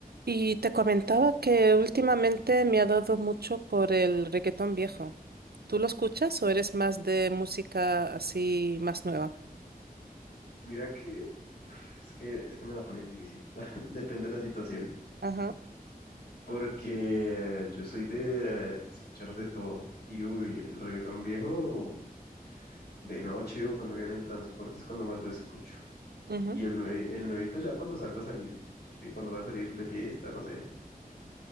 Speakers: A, on the right (about 85°); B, on the left (about 85°).
A: Y te comentaba que últimamente me ha dado mucho por el reggaetón viejo. ¿Tú lo escuchas o eres más de música así más nueva?
B: Mira que, uf, es que, es que me la pones difícil. <laughs> Depende de la situación.
A: Ajá.
B: Porque yo soy de eh, escuchar de todo. Y uy, el reggaetón viejo de noche o cuando viene el transporte es cuando más lo escucho.
A: ujú.
B: Y el, nue- el nuevito ya cuando salgo a salir. Sí, cuando voy a salir de fiesta, no sé.